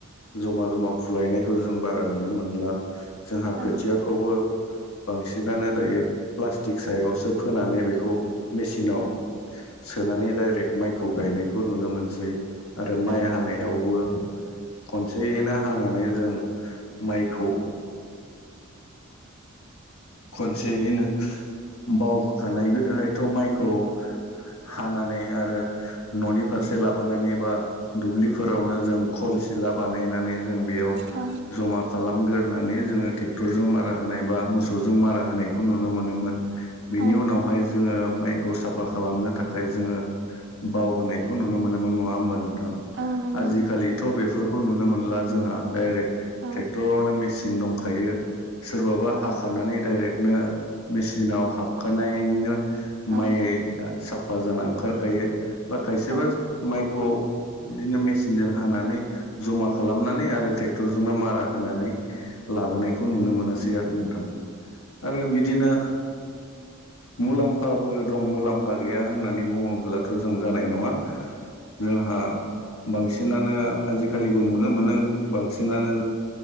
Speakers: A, on the left; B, on the right.
A: जमा जमा फुलायनायखौ जों बारा नुनो मोनला जोंहा
B: औ
A: खोथियाखौबो बांसिनानो दायो प्लास्टिक सायावसो फोनानै बेखौ मेसिनाव सोनानै डाइरेक माइखौ गायनायखौ नुनो मोनसै आरो माइ
B: औ
A: हानायावबो खनसेयैनो हानानै जों माइखौ खनसेयैनो बाव होखानाय गोदोहायथ' माइखौ हानानै आरो न'नि फारसे लाबोनानै बा दुब्लिफोरावनो जों खल सिला बानायनानै जों बेयाव
B: औ
A: जमा खालामगोरनानै जोङो ट्रेक्टरजों मारा होनाय बा मोस सौजों मारा होनायखौ नुनो मोनोमोन बेनि
B: औ
A: उनावहाय जोङो माइ खौ साफा खालामनो थाखाय जोङो बाव होनायखौ नुनो मोनोमोन नङा होमबा नों थां
B: औ नंगौ
A: आजिखालिथ' बेफोर खौ नुनो मोनला जोंहा डाइरेक
B: औ
A: ट्रेक्टरावनो मेसिन देखायो सोरबाबा
B: औ
A: हा नै डाइरेकनो मेसिनाव हाबखानायनो
B: औ
A: माइ या सा फा जाना ओंखारखायो बा खायसेबा
B: औ
A: माइखौ बिदिनो मेसिनजों हानानै जमा खालामनानै आरो ट्रेक्टरजोंनो मारा होनानै लाबोनायखौ नुनो मोनोसै आरो नोंथां आरो बिदिनो मुलाम्फाबो दं मुलाम्फा गैया होननानै बुङोब्लाथ' जों जानाय नङा
B: औ
A: जोंहा बांसिनानो आजिखालिबो नुनो मोनो बांसिनानो